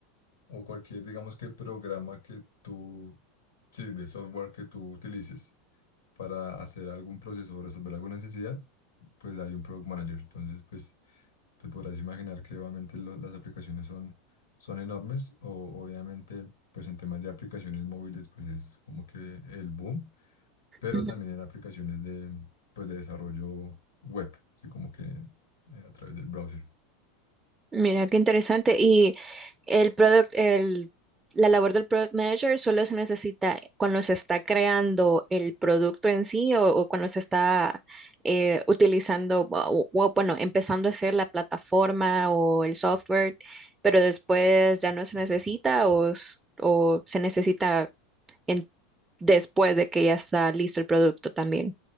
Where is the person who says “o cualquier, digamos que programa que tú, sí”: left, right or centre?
Left